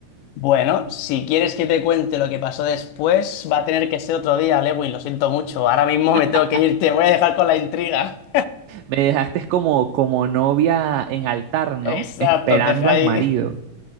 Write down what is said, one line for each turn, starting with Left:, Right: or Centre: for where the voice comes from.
Left: Bueno, si quieres que te cuente lo que pasó después, va a tener que ser otro día, Lewin, lo siento mucho. Ahora mismo
Right: <laughs>
Left: me tengo que ir, te voy a dejar con la intriga.
Right: Me dejaste como, como novia en altar, ¿no?
Left: <laughs> Exacto,
Right: Esperando
Left: te deja
Right: al
Left: ahí.
Right: marido.